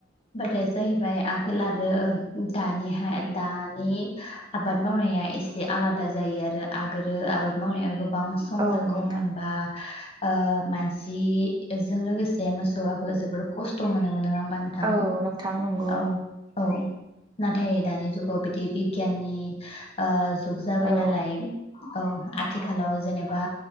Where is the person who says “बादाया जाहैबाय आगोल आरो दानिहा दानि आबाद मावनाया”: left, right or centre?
Left